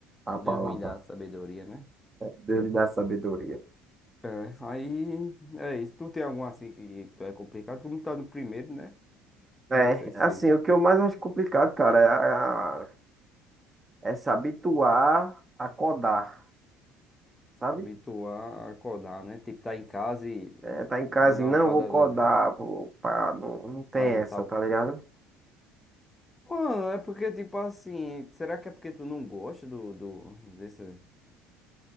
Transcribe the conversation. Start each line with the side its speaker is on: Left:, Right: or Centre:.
Right: a palavra
Left: Deus me dá a sabedoria, né?
Right: Deus dá sabedoria.
Left: É, aí é isso. Tu tem algum assim que tu é complicado, como tá no primeiro, né? Eu
Right: É,
Left: não sei se
Right: assim,
Left: se
Right: o que eu mais acho complicado, cara, é, a- é se habituar a codar, sabe?
Left: habituar a acordar, né? Tipo, tá em casa e
Right: É, tá em casa
Left: vou dar
Right: e não,
Left: uma acordada,
Right: vou codar, vou, pá, não, não tem
Left: fazer
Right: essa,
Left: tal
Right: tá
Left: coisa.
Right: ligado?
Left: Mano, é porque, tipo assim, será que é porque tu não gosta do, do, desse...